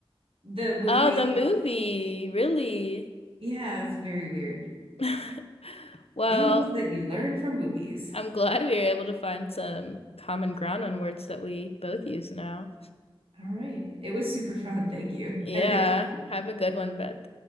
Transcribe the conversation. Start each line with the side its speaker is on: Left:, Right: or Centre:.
Right: the movie.
Left: Oh, the movie. Really?
Right: Yeah, it's very weird.
Left: <laughs> Well,
Right: Things that you learn from movies.
Left: I'm glad we were able to find some common ground on words that we both use now.
Right: All right. It was super fun. Thank you.
Left: Yeah,
Right: Had a good time.
Left: have a good one, Beth.